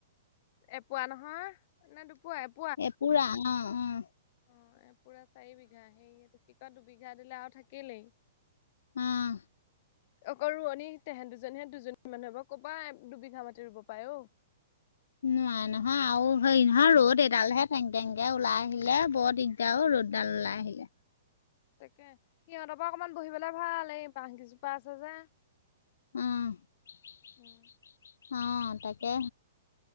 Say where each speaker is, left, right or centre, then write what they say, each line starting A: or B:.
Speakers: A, on the left; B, on the left.
A: এপোৱা নহয় নে দুপুৱা এপ
B: এ পুৰা অ', অ',
A: অ, এ পুৰা চাৰি বিঘা সেই এইটো কি কয় দুবিঘা দিলে আৰু থাকিলেই।
B: উম,
A: অকল ৰোৱনী তেহে দুজনীহে দুজনী মানুহ হব ক'ৰ পা দুবিঘা মাতি ৰুব পায়ে অ?
B: নোৱাই নহয় আৰু হেৰি নহয় ৰ'দ এডালহে তেঙকে -তেঙকে ওলাই আহিলে বৰ দিগ দাৰ
A: উম
B: অ, ৰ'দডাল ওলাই আহিলে।
A: তাকে সিহঁতৰ পা অকমান বহিবলে ভাল এই বাঁহ কেজোপা আছে যে।
B: উম-উম
A: উম
B: তাকে।